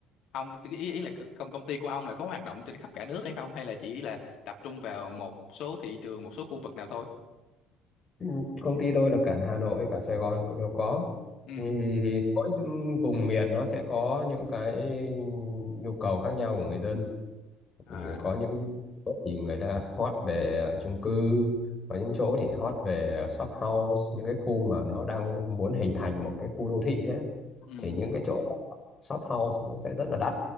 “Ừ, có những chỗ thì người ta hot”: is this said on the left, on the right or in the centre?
Left